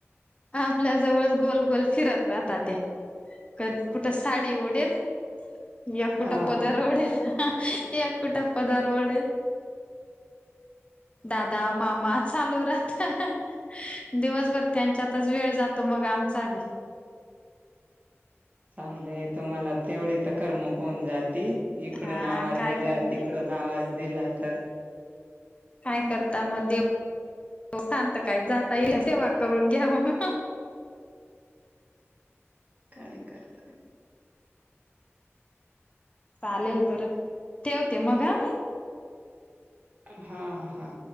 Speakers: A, on the left; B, on the right.
A: आपल्या जवळ गोल गोल फिरत. राहता ते क कुठं साडी ओढडेल. या
B: हां.
A: कुठ पदार ओडेल. हेअ पदर वडेल दादा मामा चालू राह दिवसभर त्यांच्यातच वेळ जातो मग आमचा आधी.
B: चांगलंय तुम्हाला तेवढी तक मोकून जाती इकडून
A: हा
B: आवाज
A: काय
B: दिला
A: करता
B: तिकडून. नाआवाज दिला तर.
A: काय करता मग देवथांत काय जाता येई सेवा करून घ्या मग.
B: काय करता.
A: चालेल बरं तेवते मग आ म्ही.
B: हा हा.